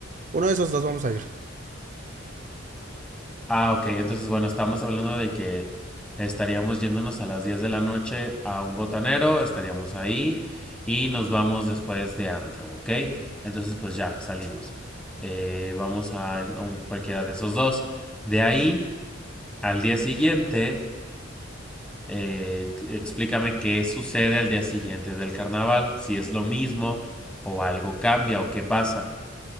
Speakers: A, on the right; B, in the centre.
A: Uno de esos dos vamos a ir.
B: Ah, ok, entonces bueno, estamos hablando de que estaríamos yéndonos a las 10 de la noche a un botanero, estaríamos ahí y nos vamos después de antro, ¿ok? Entonces pues ya, salimos. Eh, vamos a, a cualquiera de esos dos. De ahí, al día siguiente, eh, explícame qué sucede al día siguiente del carnaval, si es lo mismo o algo cambia o qué pasa.